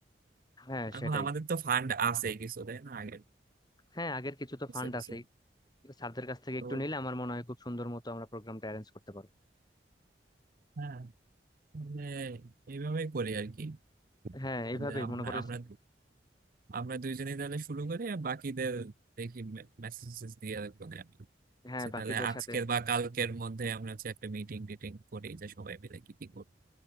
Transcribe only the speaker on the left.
হ্যাঁ
সেটাই
হ্যাঁ আগের কিছু তো
ফান্ড
আছেই স্যারদের কাছ থেকে
একটু নিলে আমার মনে হয় খুব সুন্দর মতো আমরা প্রোগ্রামটা অ্যারেঞ্জ করতে পারবো
হ্যাঁ
এইভাবেই
মনে করে
হ্যাঁ
বাকিদের
সাথে